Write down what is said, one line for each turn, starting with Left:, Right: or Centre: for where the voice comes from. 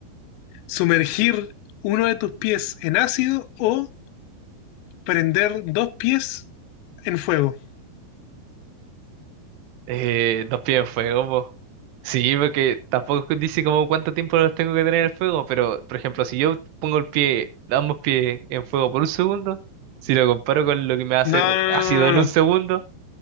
Left: ¿Sumergir uno de tus pies en ácido o prender dos pies en fuego?
Right: Eh, dos pies de fuego, po. Sí, porque tampoco dice como cuánto tiempo los tengo que tener en el fuego, pero por ejemplo, si yo pongo el pie, ambos pies en fuego por un segundo, si lo comparo con lo que me va a
Left: No,
Right: hacer
Left: no,
Right: ácido
Left: no,
Right: en
Left: no,
Right: un
Left: no.
Right: segundo,